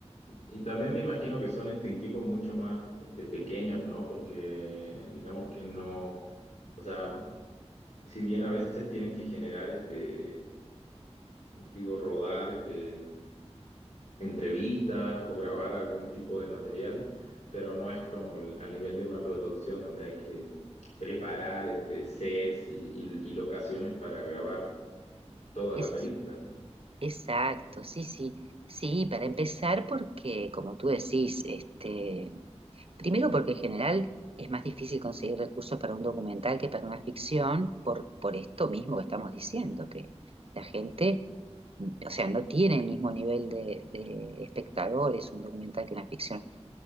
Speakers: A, on the left; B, on the right.
A: Y también me imagino que son este, equipos mucho más este, pequeños, ¿no? Porque digamos que no, o sea, si bien a veces tienen que generar, este, digo, rodar este, entrevistas o grabar algún tipo de material, pero no es como el- al nivel de una producción donde hay que preparar este, sets y, y- y locaciones para grabar toda
B: es,
A: la película, ¿no?
B: exacto, sí, sí. Sí, para empezar, porque como tú decís, este, primero porque en general es más difícil conseguir recursos para un documental que para una ficción, por, por esto mismo que estamos diciendo, que la gente o sea, no tiene el mismo nivel de, de espectadores un documental que una ficción,